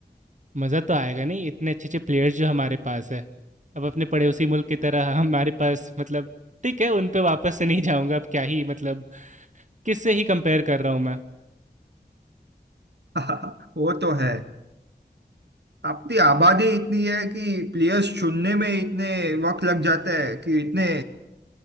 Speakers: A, on the right; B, on the right.
A: मज़ा तो आएगा नहीं इतने अच्छे अच्छे प्लेयर्स जो हमारे पास है अब अपने पड़ोसी मुल्क की तरह हमारे पास मतलब ठीक है उन पे वापस से नहीं जाऊंगा अब क्या ही मतलब किससे ही कंपेयर कर रहा हूँ मैं
B: <laughs> वो तो है अपनी आबादी इतनी है कि प्लेयर्स चुनने में इतने वक्त लग जाता है कि इतने